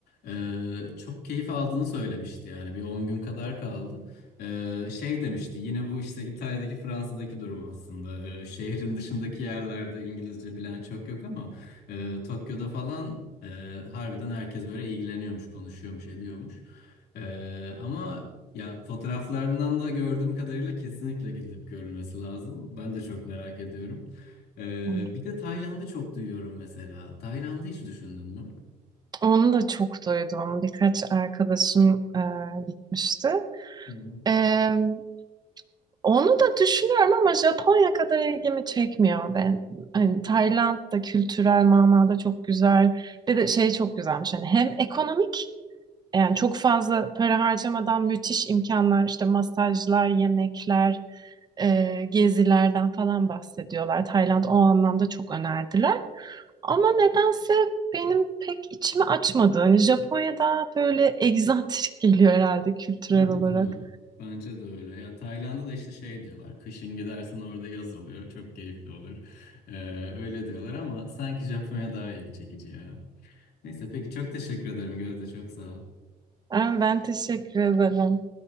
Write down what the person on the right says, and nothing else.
Hı.
Onu da çok duydum. Birkaç arkadaşım e, gitmişti.
E, onu da düşünüyorum ama Japonya kadar ilgimi çekmiyor ben. Hani Tayland da kültürel manada çok güzel. Bir de şey çok güzelmiş. Hani hem ekonomik yani çok fazla para harcamadan müthiş imkanlar işte masajlar, yemekler, e, gezilerden falan bahsediyorlar. Tayland o anlamda çok önerdiler. Ama nedense benim pek içimi açmadı. Hani Japonya daha böyle egzantrik geliyor herhalde kültürel
olarak.
Ben, ben teşekkür ederim.